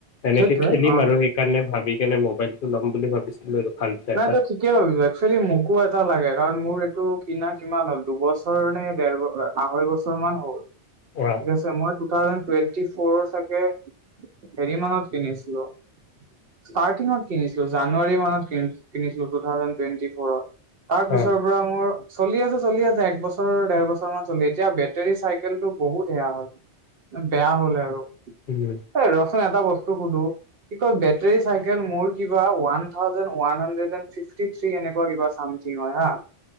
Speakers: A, on the left (about 60°); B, on the right (about 60°).
A: এনেকে
B: সেইটোৱে
A: খেলিম
B: অ
A: আৰু সেইকাৰণে ভাবি নে মোবাইল টো লম বুলি ভাবিছিলো। আৰু ভাল চাই
B: নাই
A: এটা
B: তই ঠিকে ভাবিছো একচুৱেলি মোকো এটা লাগে কাৰণ মোৰ এইটো কিনা কিমান হ'ল দুবছৰ নে ডেৰ ব আঢ়ৈ বছৰ মান হ'ল।
A: অ
B: ঠিক আছে মই টু থাউজেণ্ত টুৱেণ্টি ফৰৰ চাগে হেৰি মানত কিনিছিলো। ষ্টাৰ্টিংত কিনিছো। জানুৱাৰী মাহত কিনিছিলো টু থাউজেন টুৱেণ্টি ফ'ৰত। তাৰ পিছৰ
A: অ
B: পৰা মোৰ চলি আছে, চলি আছে এক বছৰ ডেৰ বছৰ মান চলি এতিয়া বেটেৰী চাইকেল টো বহুত সেয়া হ'ল। বেয়া হ'লে আৰু
A: উম
B: এই ৰ' চোন এটা বস্তু সুধো কি কয় বেটৰী চাইকেল মোৰ কিবা one thousand one hundred and T three এনেকুৱা কিবা চামথিং হয় হা।